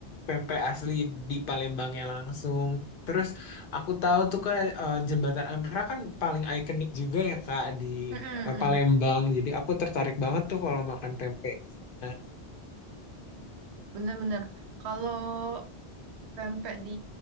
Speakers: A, on the left; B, on the right.
A: pempek asli di Palembangnya langsung. Terus aku tahu tuh kak eh, Jembatan Ampera kan paling ikonik juga ya Kak di
B: mm-mm,
A: eh,
B: mm.
A: Palembang. Jadi aku tertarik banget tuh kalau makan pempek. di sana.
B: Bener-bener. Kalau pempek di